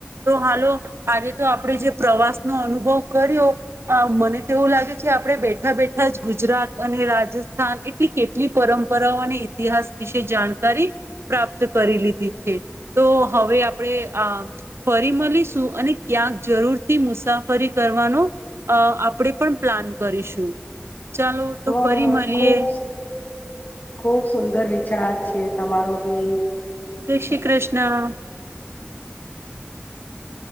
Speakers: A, on the right (about 90°); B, on the left (about 45°).
A: તો હાલો આજે તો આપણે જે પ્રવાસનોો અનુભવ કર્યો મને તો એવું લાગે છે આપણેે બેઠા બેઠા જ ગુજરાત અને રાજસ્થાન એટલી કેટલી પરંપરાઓ અને ઇતિહાસ વિશે જાણકારી પ્રાપ્ત કરી લીધી છે તો હવે આપણે આ ફરી મળીશું અને ક્યાંક જરૂરથી મુસાફરી કરવાનો આપણે પણ પ્લાન કરીશું ચાલો તો
B: હ
A: ફરી મળીએ
B: ખુબ ખૂબુંર સુંગર વિચાર છે તમારો બી
A: જય શ્રી કૃષ્ણ